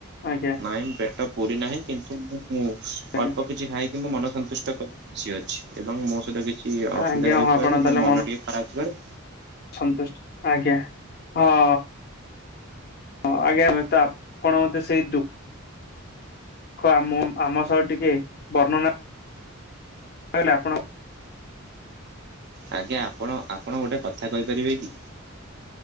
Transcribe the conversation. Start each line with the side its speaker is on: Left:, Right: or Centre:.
Left: ଆଜ୍ଞା।
Right: ନାଇଁ ପେଟ ପୁରିନାହିଁ କିନ୍ତୁ ମୁ
Left: ଆଜ୍ଞା
Right: ଅଳ୍ପ କିଛି ଖାଇଲି। କି ମୁଁ ମନ ସନ୍ତୁଷ୍ଟ କ ଖୁସି ଅଛି ଏବଂ ମୋ ସହିତ କିଛି ଅସୁବିଧା
Left: ଆଜ୍ଞା
Right: ହେଉଥିବାରୁ
Left: ହଁ ଆପଣ ତାହେଲେ
Right: ମୋ ମନ ଟିକେ ଖରାପ୍ ଥିବାରୁ
Left: ସନ୍ତୁଷ୍ଟ ଆଜ୍ଞା ହଁ। ହଁ ଆଜ୍ଞା ତା ଆପଣ ମତେ ସେଇ ଦୁ ଖ ଆମ ଆମ ସହ ଟିକେ ବର୍ଣ୍ଣନା ତାହେଲେ ଆପଣ
Right: ଆଜ୍ଞା ଆପଣ ଆପଣ ଗୋଟେ କଥା କହିପାରିବେ କି